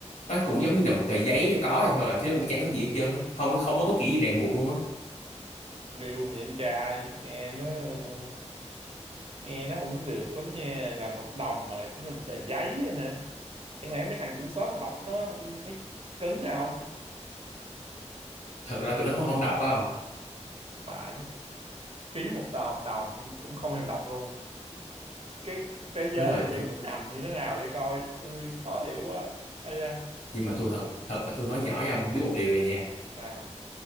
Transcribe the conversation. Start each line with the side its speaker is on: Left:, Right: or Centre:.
Left: nó cũng giống như là một tờ giấy và có thôi à, chứ nó cũng chẳng có gì hết trơn á không không có bất kỳ gì ràng buộc luôn á
Right: điều mà vậy anh trai nghe nó ờ, nghe nó không có được lắm nha làm hợp đồng mà chỉ là một tờ giấy á hả chẳng lẽ mấy thằng chủ sớm mà đọc nó không thấy cứng không
Left: thật ra tụi nó cũng không đọc phải không
Right: bại ký một tờ hợp đồng nhưng cũng không thèm đọc luôn cái thế giới
Left: đúng rồi
Right: này đang vận hành như thế nào vậy coi ui khó hiểu quá ây da
Left: nhưng mà tôi thật thật là tôi nói nhỏ với ông biết một điều này nha
Right: sao